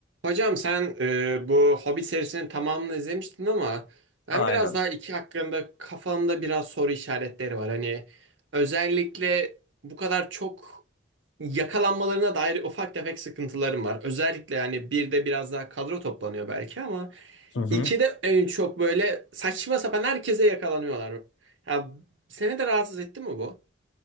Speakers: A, on the right; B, on the left.
A: Hocam sen e, bu Hobbit serisinin tamamını izlemiştin ama ben
B: Aynen.
A: biraz daha iki hakkında kafamda biraz soru işaretleri var. Hani özellikle bu kadar çok yakalanmalarına dair ufak tefek sıkıntılarım var. Özellikle yani bir de biraz daha kadro toplanıyor belki ama
B: Hı hı.
A: iki de en çok böyle saçma sapan herkese yakalanıyorlar. Ya seni de rahatsız etti mi bu?